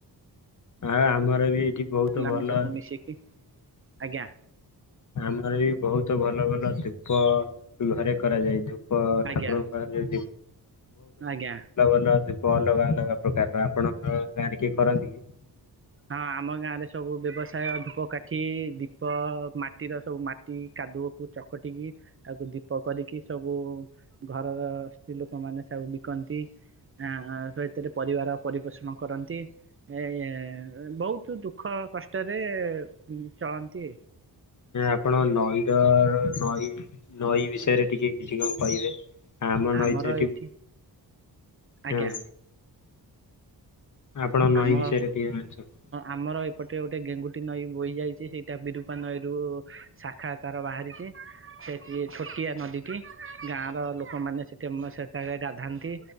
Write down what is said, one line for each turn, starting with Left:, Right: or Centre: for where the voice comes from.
Left: ଆ ଆମର ବି ଏଠି ବହୁତ
Right: ପିଲାମାନେ
Left: ଭଲ।
Right: ସବୁ ମିଶିକି ଆଜ୍ଞା।
Left: ଆମର ବି ବହୁତ ଭଲ ଭଲ ଧୂପ ଘରେ କରାଯାଏ। ଧୂପ
Right: ଆଜ୍ଞା
Left: ଠାକୁରଙ୍କୁ <inaudible> ଅଲଗା
Right: ଆଜ୍ଞା
Left: ଅଲଗ ଧୂପ ଅଲଗା ଅଲଗା ପ୍ରକାରର। ଆପଣଙ୍କ ଗାଁରେ କିଏ କରନ୍ତି କି?
Right: ହଁ, ଆମ ଗାଁ ରେ ସବୁ ବ୍ୟବସାୟ ଧୂପ କାଠି- ଏଠି ଦୀପ ମାଟିର ସବୁ ମାଟି କାଦୁଅକୁ ଚକଟିକି ତାକୁ ଦୀପ କରିକି ସବୁ ଘରର ସ୍ତ୍ରୀ ଲୋକମାନ ସବୁ ବିକନ୍ତି। ଏ ସେ ଏଥିରେ ପରିବାର ପରିପୋଷଣ କରନ୍ତି। <unintelligible> ବହୁତ ଦୁଃଖ କଷ୍ଟରେ ଚଳନ୍ତି।
Left: ଆପଣ ନଈ ର ନଈ ନଈ ବିଷୟରେ ଟିକେ କିଛି କଣ କହିବେ? ଆମ ନଈଚ
Right: ଆମର
Left: ଏଠି
Right: ଏଇଠି
Left: ହଁ
Right: ଆଜ୍ଞା।
Left: ଆପଣ ନଈ
Right: ଆମ
Left: ବିଷୟରେ ଟିକେ ଜାଣିଛନ୍ତି।
Right: ଆମର ଏପଟେ ଗୋଟେ ଗେଙ୍ଗୁଟି ନଈ ବହି ଯାଇଛି ସେଇଟା ବିରୁପା ନଈରୁ ଶାଖା ତାର ବାହାରିଛି। ସେଠି ଛୋଟିଆ ନଦୀଟି। ଗାଁ ର ଲୋକମାନେ ସେଠି ସେ ଗାଧାନ୍ତି।